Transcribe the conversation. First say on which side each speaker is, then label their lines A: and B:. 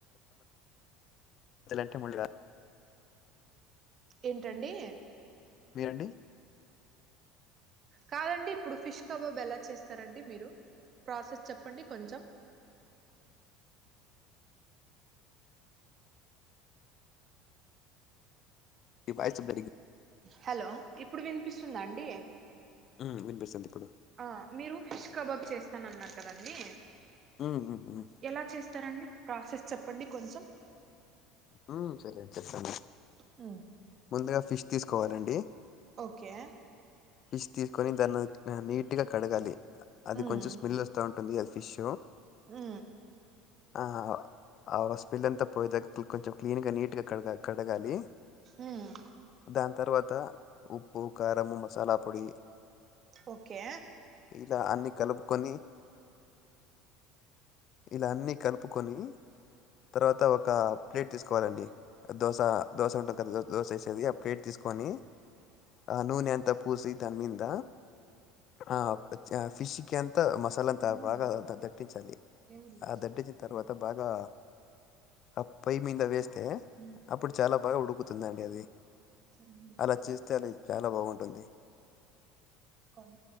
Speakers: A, on the left (about 45°); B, on the right (about 40°).
A: అదలంటే మళ్ళ.
B: ఏంటండి.
A: మీరండి.
B: కాదండి ఇప్పుడు ఫిష్ కబాబ్ ఎలా చేస్తారండి మీరు ప్రాసెస్ చెప్పండి కొంచెం.
A: ఈ బాయ్ చెప్పనికే.
B: హలో ఇప్పుడు వినిపిస్తుందా అండి.
A: ఆ వినిపిస్తుంది ఇప్పుడు.
B: ఆ మీరు ఫిష్ కబాబ్ చేస్తానన్నారు కదండి.
A: ఉ ఉ ఉ.
B: ఎలా చేస్తారండి ప్రాసెస్ చెప్పండి కొంచెం.
A: ఉ సరే అండి చెప్తాను.
B: ఉ.
A: ముందుగా ఫిష్ తీసుకోవాలండి.
B: ఓకే.
A: ఫిష్ తీసుకొని దాన్ని నీట్గా కడగాలి అది
B: మ్మ్
A: కొంచెం స్మెల్ వస్తా ఉంటుంది అది ఫిష్.
B: ఉ.
A: ఆ ఆ స్పెల్ అంతా పోయే దాకా కొంచెం క్లీన్ గా నీట్ గా కడగాలి. కడగాలి.
B: మ్మ్
A: దాని తర్వాత ఉప్పు కారంము మసాలా పొడి.
B: ఓకే.
A: ఇలా అన్ని కలుపుకొని ఇలా అన్ని. కలుపుకొని తర్వాత ఒక. ప్లేట్ తీసుకోవాలండి దోశ దోశ ఉంటుంది కదా దోశ వేసేది ఆ ప్లేట్ తీసుకొని. ఆ నూనె అంత పూసి దనిమింద. ఆ చ ఫిష్కీ అంత మసాలా అంత
B: ఏమైంది
A: బాగా
B: చెప్పు
A: దట్టించాలి
B: దేవుడు ఇంతసేపు
A: ఆ దటించి. తర్వాత బాగా ఆ పై మీద వేస్తే
B: ఉమ్
A: అప్పుడు చాలా బాగా ఉడుకు తుందండి అది
B: సరే ఉండు చేస్తా
A: అలా చేస్తే
B: ఆగు.
A: అది చాలా బాగుంటుంది.
B: కాల్